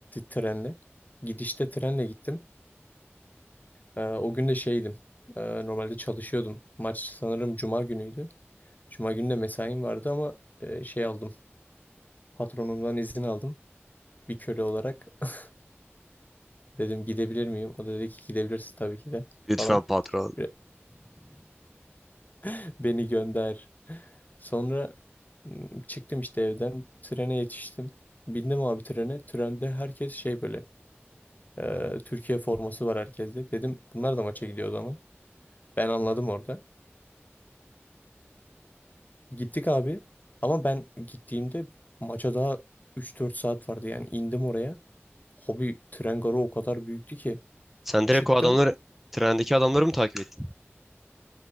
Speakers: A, on the left (about 40°); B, in the centre.
A: trenle. Gidişte trenle gittim. E, o gün de şeydim. E, normalde çalışıyordum. Maç sanırım Cuma günüydü. Cuma günü de mesaim vardı ama e, şey aldım. Patronumdan izin aldım. Bir köle olarak. <laughs> Dedim gidebilir miyim? O da dedi ki gidebilirsin tabii ki de
B: Lütfen
A: falan.
B: patron.
A: Bir- <laughs> Beni gönder. Sonra m, çıktım işte evden. Trene yetiştim. Bindim abi trene. Trende herkes şey böyle. e, Türkiye forması var herkeste. Dedim bunlar da maça gidiyor o zaman. Ben anladım orada. Gittik abi. Ama ben gittiğimde maça daha 3-4 saat vardı. Yani indim oraya. Hobi tren garı o kadar büyüktü ki.
B: Sen direkt
A: Çıktım.
B: o adamları, trendeki adamları mı takip ettin?